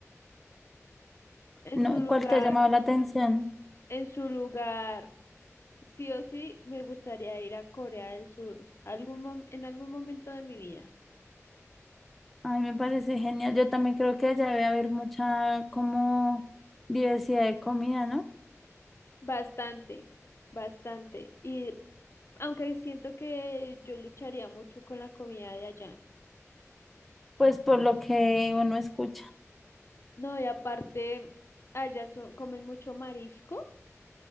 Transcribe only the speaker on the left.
En
su lugar,
en su lugar. Sí o sí, me gustaría ir a Corea del Sur, algún mom- en algún momento de mi vida.
Bastante, bastante. Y aunque siento que yo lucharía mucho con la comida de allá.
No, y aparte, allá son, comen mucho marisco.